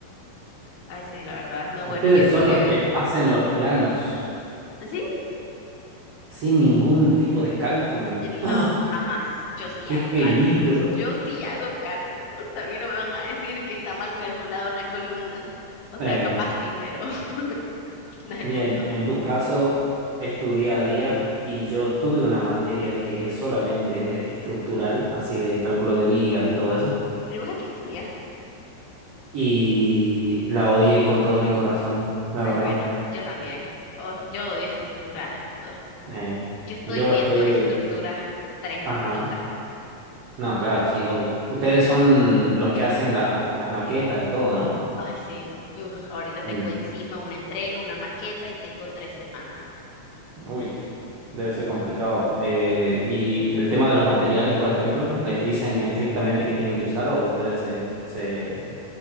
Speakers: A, on the left; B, on the right.
A: Ay, sí, la verdad. No,
B: Ustedes
A: bueno, yo estudio
B: son los
A: eso.
B: que hacen los planos
A: Sí,
B: sin ningún tipo de cálculo.
A: Eh, No,
B: ¡Ah!
A: jamás. Yo sí
B: ¡Qué
A: hago
B: peligro!
A: cálculos. Yo sí hago cálculos. A mí no me van a decir que está mal calculada una columna. O
B: Eh,
A: sea, capaz sí, pero <laughs> no es el
B: Bien,
A: punto.
B: en tu caso es tu día a día y yo tuve una materia que es solamente estructural, así de cálculo
A: Y-
B: de vigas y todo eso,
A: ¿Pero vos a qué estudias?
B: y la odié con todo mi corazón, la
A: Ay,
B: verdad.
A: bueno, yo también. Oh, yo odio estructuras. Ugh.
B: Eh,
A: Yo estoy
B: yo
A: viendo
B: estoy...
A: estructuras tres
B: Ajá,
A: ahorita.
B: no, claro, sí, obvio. Ustedes son los que hacen la- las maquetas y todo, ¿no?
A: Ay, sí. Ugh, ahorita tengo
B: Mm,
A: encima una entrega, una maqueta y tengo tres semanas.
B: Uy, debe ser complicado. Eh, y el tema de los materiales, por ejemplo, ¿les dicen estrictamente que tienen que usar o ustedes se, se